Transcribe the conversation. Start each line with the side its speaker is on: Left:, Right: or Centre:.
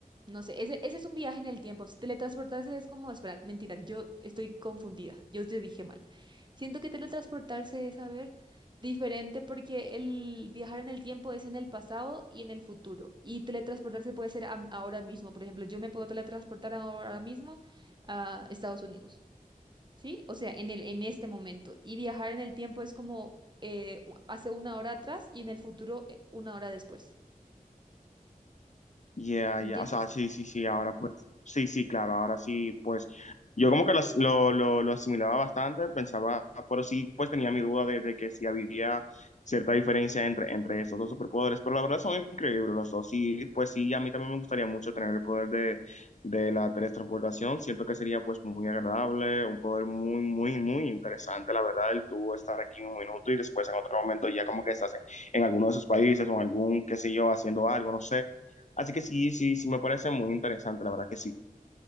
Right: no sé, ese, ese es un viaje en el tiempo. Si Teletransportarse es como, espera, mentira, yo estoy confundida, yo te dije mal. Siento que teletransportarse es, a ver, diferente porque el viajar en el tiempo es en el pasado y en el futuro. Y teletransportarse puede ser am- ahora mismo. Por ejemplo, yo me puedo teletransportar ahora mismo a Estados Unidos. ¿sí? O sea, en el, en este momento. Y viajar en el tiempo es como eh, u- hace una hora atrás y en el futuro eh, una hora después.
Left: Ya,
Right: ¿Entiendes?
Left: ya, o sea, sí, sí, sí, ahora pues, sí, sí, claro, ahora sí, pues, yo como que lo, lo, lo- lo asimilaba bastante, pensaba, pero sí, pues tenía mi duda de, de que sí había cierta diferencia entre, entre estos dos superpoderes, pero la verdad son increíbles los dos, sí, pues sí, a mí también me gustaría mucho tener el poder de, de la teletransportación, siento que sería pues muy agradable, un poder muy, muy, muy interesante, la verdad, el tú estar aquí un minuto y después en otro momento ya como que estás en, en alguno de esos países o en algún, qué sé yo, haciendo algo, no sé. Así que sí, sí, sí, me parece muy interesante, la verdad que sí.